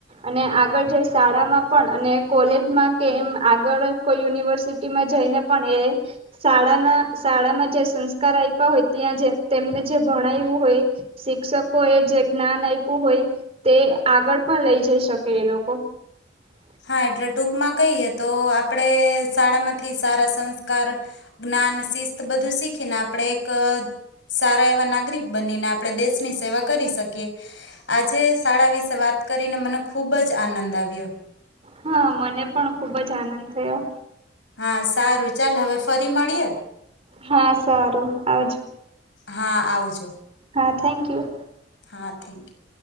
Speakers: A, on the right; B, on the left.
A: અને આ આગળ જઈ શાળામાં પણ અને કોલેજમાં કે એમ આગળ કોઈ યુનિવર્સિટીમાં જઈને પણ એ શાળાના શાળામાં જે સંસ્કાર આયપા હોય, ત્યાં જે તેમને જે ભણાયવું હોય, શિક્ષકો એ જે જ્ઞાન આપ્યું હોય, તે આગળ પણ લઈ જઈ શકે એ લોકો <inaudible>
B: હા એટલે ટૂંકમાં કહીએ તો આપડે શાળા માંથી સારા સંસ્કાર જ્ઞાન, શિસ્ત બધું શીખીને આપણે એક સારા એવા નાગરિક બનીને આપણે દેશની સેવા કરી શકીએ. આજે શાળા વિશે વાત કરીને મને ખૂબ જ આનંદ આવ્યો.
A: હા મને પણ ખુબ જ આનંદ થયો
B: હા. સારું ચાલ. હવે ફરી મળીએ.
A: હા સારું સા
B: હા આવજો.
A: હા થેન્ક યુ.
B: હા થેન્ક યુ.